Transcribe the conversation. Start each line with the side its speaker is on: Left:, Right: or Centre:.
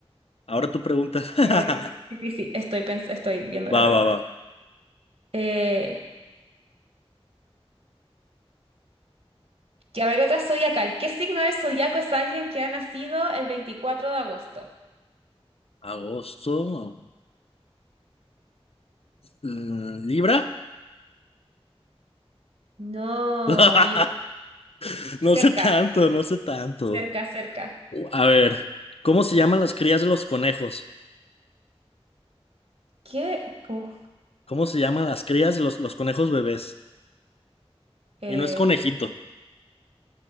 Left: Ahora tú preguntas. <laughs>
Right: Eh, sí, sí, sí, estoy, pens- estoy viendo la
Left: Va,
Right: pregunta.
Left: va, va.
Right: Eh, que a ver, otra zodiacal. ¿Qué signo del zodiaco es alguien que ha nacido el veinticuatro de agosto?
Left: Agosto. Mm, ¿Libra?
Right: No,
Left: <laughs>
Right: Vir.
Left: No
Right: Cerca,
Left: sé tanto, no sé tanto.
Right: cerca, cerca.
Left: A ver, ¿cómo se llaman las crías de los conejos?
Right: ¿Qué? Uf,
Left: ¿Cómo se llaman las crías de los, los conejos bebés?
Right: eh,
Left: Y no es conejito.